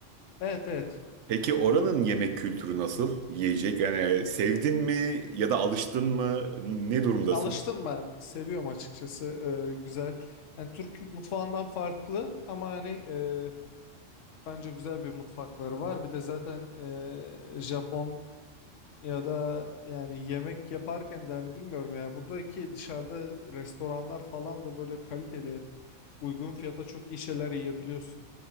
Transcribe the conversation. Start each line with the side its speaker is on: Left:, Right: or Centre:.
Left: Evet evet.
Right: Peki oranın yemek kültürü nasıl? Yiyecek yani e, sevdin mi ya da alıştın mı? Ne durumdasın?
Left: Alıştım ben. Seviyorum açıkçası. Ee, güzel. Yani Türk mutfağından farklı ama hani e, bence güzel bir mutfakları var. Bir de zaten e, Japon ya da yani yemek yaparken de hani bilmiyorum ya buradaki dışarıda restoranlar falan da böyle kaliteli uygun fiyata çok iyi şeyler yiyebiliyorsun.